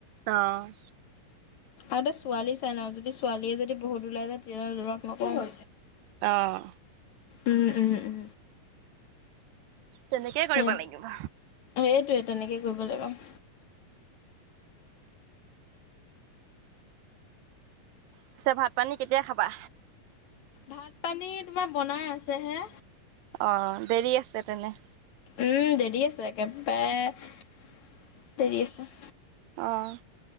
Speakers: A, on the right; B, on the left.
A: অঁ
B: আৰু ত ছোৱালী চাই ন যদি ছোৱালীয়ে যদি বহুত ওলাই যায় তেতিয়াহলে লৰাক নকওঁ।
A: অঁ
B: উম উম উম
A: তেনেকেই কৰিব
B: সেই
A: লাগিব।
B: সেইটোৱে তেনেকে কৰিব লাগিব
A: পিছে ভাত পানী কেতিয়া খাবা?
B: ভাত পানী তোমাৰ বনাই আছে হে
A: অ দেৰি আছে তেনে
B: উম দেৰি আছে একেবাৰে দেৰি আছে।
A: অঁ